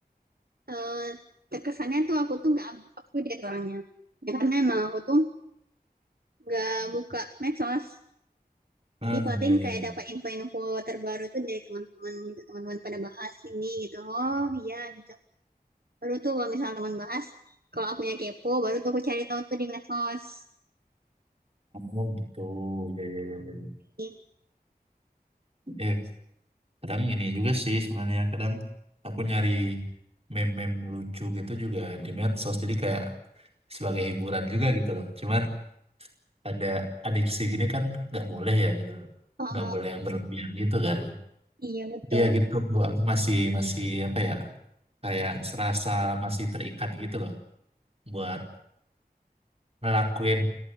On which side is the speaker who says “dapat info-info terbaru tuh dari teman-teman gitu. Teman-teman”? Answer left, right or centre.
Right